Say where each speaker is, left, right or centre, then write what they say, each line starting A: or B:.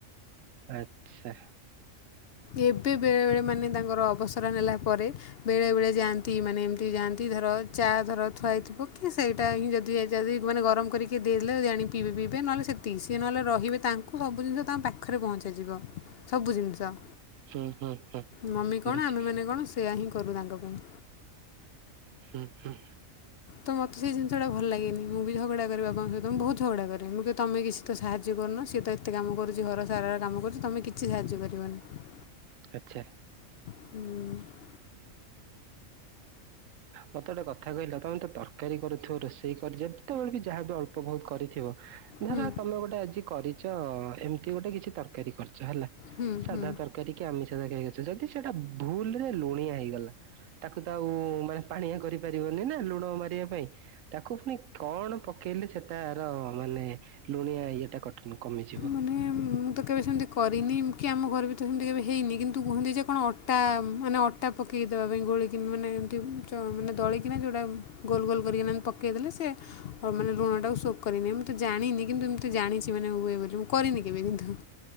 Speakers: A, on the right; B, on the left.
A: ଆଚ୍ଛା।
B: ଏବେ ବେଳେବେଳେ ମାନେ ତାଙ୍କର ଅବସର ନେଲାପରେ ବେଳେବେଳେ ଯାଆନ୍ତି ମାନେ ଏମିତି ଯାଆ ତି ଧର ଚା ଧର। ଥୁଆ ହେଇଥିବ କି ସେଇଟା ହିଁ ଯଦି ଆ ଯଦି ମାନେ ଗରମ କରିକି ଦେଲେ ଆଣିକି ପିଇବେ ପିଇବେ ନହେଲେ ସେ ତିକୀ ସିଏ ନହେଲେ ରହିବେ ତାଙ୍କୁ ସବୁ ଜିନିଷ ତାଙ୍କ ପାଖରେ ପହଞ୍ଚାଯିବ ସବୁ ଜିନିଷ।
A: ହୁଁ ହୁଁ ହୁଁ।
B: ମମି କଣ
A: ବୁଝିଲି।
B: ଆମେମାନେ କଣ ସେୟା ହିଁ କରୁ ତାଙ୍କ ପାଇଁ।
A: ହୁଁ ହୁଁ।
B: ତ ମୋତେ ସେଇ ଜିନିଷଟା ଭଲ ଲାଗେନି ମୁଁ ବି ଝଗଡ଼ା କରେ ବାବାଙ୍କ ସହିତ ବହୁତ ଝଗଡ଼ା କରେ ମୁଁ କହେ ତମେ କିଛି ତ ସାହାଯ୍ୟ କରୁନ ସିଏ ତ ଏ କେତେ କାମ କରୁଚି ଘର ସାରାର କାମ କରୁଚି ତମେ କିଛି ସାହାଯ୍ୟ କରିବନି।
A: ଆଚ୍ଛା।
B: ହୁଁ।
A: ହ <unintelligible> ମତେ ଗୋଟେ କ କଥା କହିଲ ତମେ ତରକାରୀ କରୁଥିବ ରୋଷେଇ କରି ଯେତେବେଳେ ବି ଯାହା ବି ଅଳ୍ପ ବହୁତ। କରିଥିବ ଧର
B: ହୁଁ
A: ତମେ ଗୋଟେ ଆଜି କରିଚ଼ ଏମିତି ଗୋଟେ କିଛି ତରକାରୀ କରିଛ ହେଲା।
B: ହୁଁ
A: ସାଧା
B: ହୁଁ
A: ତରକାରୀ କି ଆମିଷ ତରକାରୀ କରିଚ଼ ଯଦି ସେଇଟା ଭୁଲ ରେ ଲୁଣିଆ ହେଇଗଲା। ତାକୁ ତ ଆଉ ମାନେ ପାଣିଆ କରିପାରିବନି ନା ଲୁଣ ମାରିବା ପାଇଁ ତାକୁ ପୁଣି। କଣ ପକେଇଲେ ସେଟାର ମାନେ ଲୁଣିଆ ଇଏଟା କଟ କମିଯିବ
B: ମାନେ ମୁଁ ତ କେବେ ସେମିତି କରିନି କି ଆମ ଘରେ ବି ତ ସେମିତି କେବେ ହେଇନି କିନ୍ତୁ କୁହନ୍ତି ଯେ କଣ ଅଟା ଉଁ ମାନେ ଅ ଅଟା ପକେଇ ଦେବା ପାଇଁ ଗୋଳେଇକି ମାନେ ଏମିତି ଉଁ ଚ ମାନେ ଦଳିକିନା ଯଉଟା ଗୋଲ ଗୋଲ କରିକିନା ଏମ ପ ପକେଇ ଦେଲେ ସିଏ ଅ ମାନେ ଲୁଣ ଟାକୁ ସୋକ କରିନିଏ ମୁଁ ତ ଜାଣିନି କିନ୍ତୁ ଏମିତି ଜାଣିଛି ମାନେ ହୁଏ ବୋ ମୁଁ କରିନି କେବେ କିନ୍ତୁ।